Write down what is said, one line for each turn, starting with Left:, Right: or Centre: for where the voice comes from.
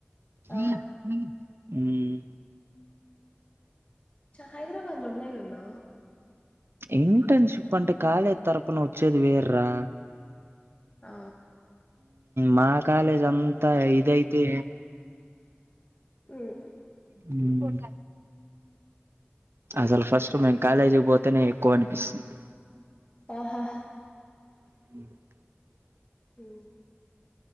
Right: హ
Left: ఆ
Right: <inaudible> ఉమ్
Left: చాద హైదరాబాద్ లో ఉన్నాయి గదన
Right: ఇంటర్న్షిప్ అంటే కాలేజ్ తరపున వచ్చేది వేరూ రా
Left: ఆ
Right: మా కాలేజ్ అంతా ఇదైతే
Left: ఉమ్
Right: ఉమ్ అసలు ఫస్ట్ మేము కాలేజీ బోతేనే ఎక్కువ అనిపిస్తుంది.
Left: ఆహా
Right: అ <inaudible>
Left: ఉ